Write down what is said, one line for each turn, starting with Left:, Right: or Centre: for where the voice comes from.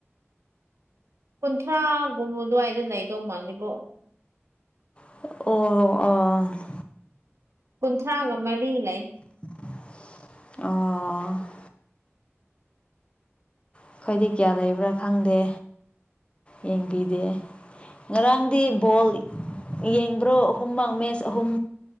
Right: ꯀꯨꯟꯊ꯭ꯔꯥꯒꯨꯝꯕꯨ ꯑꯗꯨꯋꯥꯏꯗ ꯂꯩꯗꯧ ꯃꯥꯜꯂꯤꯕꯣ
Left: ꯑꯣ ꯑꯣ
Right: ꯀꯨꯟꯊ꯭ꯔꯥꯒ ꯃꯔꯤ ꯂꯩ
Left: ꯑꯣ ꯑꯩꯈꯣꯏꯗꯤ ꯀꯌꯥ ꯂꯩꯕ꯭ꯔꯥ ꯈꯪꯗꯦ ꯌꯦꯡꯕꯤꯗꯦ ꯉꯔꯥꯡꯗꯤ ꯕꯣꯜ ꯌꯦꯡꯗ꯭ꯔꯣ ꯑꯍꯨꯝꯃꯛ ꯃꯦꯠꯆ ꯑꯍꯨꯝ